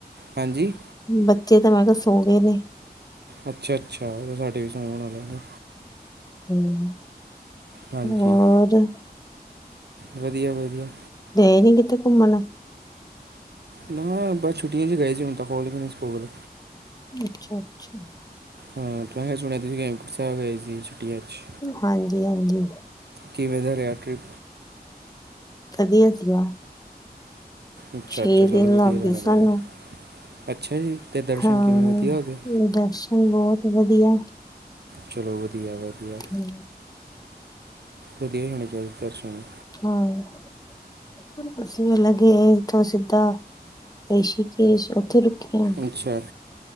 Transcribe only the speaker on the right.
ਹਾਂਜੀ।
ਅੱਛਾ, ਅੱਛਾ ਸਾਡੇ ਵੀ ਸੋਣ ਵਾਲੇ ਨੇ।
ਹਾਂਜੀ
ਵਧੀਆ ਵਧੀਆ
ਨਾ ਬਸ ਛੁਟੀਆਂ ' ਚ ਗਏ ਸੀ ਹੀ ਹੁਣ ਤਾ ਖੁਲ ਗਏ ਸਕੂਲ।
ਮੈ ਸੁਣਿਆ ਤੁਸੀ ਹੇਮਕੁੰਡ ਸਾਹਿਬ ਗਏ ਸੀ ਛੁੱਟੀਆਂ 'ਚ।
ਕਿਵੇਂ ਦਾ ਰਿਹਾ ਟ੍ਰਿਪ।
ਅੱਛਾ,
ਅੱਛਾ ਚੱਲੋ
ਵਧੀਆ
ਰਹਿਣਾ
ਚਾਹੀਦਾ
ਅੱਛਾ ਜੀ। ਤੇ ਦਰਸ਼ਨ
ਕਿਵੇਂ ਵਧੀਆ ਹੋ ਗਏ
ਚਲੋ, ਵਧੀਆ- ਵਧੀਆ।
ਵਧੀਆ ਹੋਣੇ ਚਾਹੀਦੇ ਦਰਸ਼ਨ।
ਅੱਛਾ।